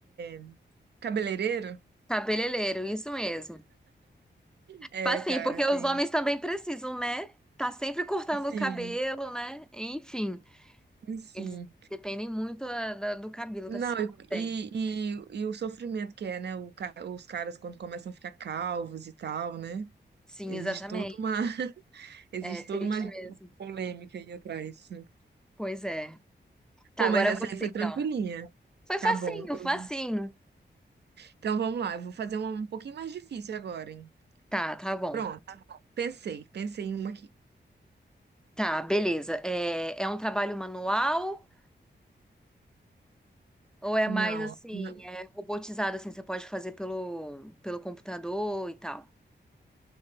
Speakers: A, on the right; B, in the centre.
A: é cabeleireiro?
B: Cabeleireiro, isso mesmo. Tipo
A: É,
B: Assim,
A: cara,
B: porque os
A: tem.
B: homens também precisam, né, tá sempre cortando
A: Sim,
B: o cabelo, né, enfim,
A: sim.
B: eles dependem muito da- da- do cabelo
A: Não,
B: para se cortar bem.
A: e, e, e o sofrimento que é, né? o ca- os caras quando começam a ficar calvos e tal, né?
B: Sim,
A: Existe
B: exatamente.
A: toda uma. Existe
B: É
A: toda
B: triste
A: uma
B: mesmo.
A: polêmica aí atrás. né?
B: Pois é. Tá,
A: Pô,
B: agora
A: mas essa
B: é você
A: aí foi
B: então.
A: tranquilinha.
B: Foi
A: Tá
B: facinho,
A: bom. Eu-
B: facinho.
A: Então vamos lá, eu vou fazer uma um pouquinho mais difícil agora, hein?
B: Tá, tá bom.
A: Pronto, pensei, pensei em uma aqui.
B: Tá, beleza. É, é um trabalho manual ou é
A: Não,
B: mais assim,
A: não,
B: é robotizado assim, você pode fazer pelo, pelo computador e tal?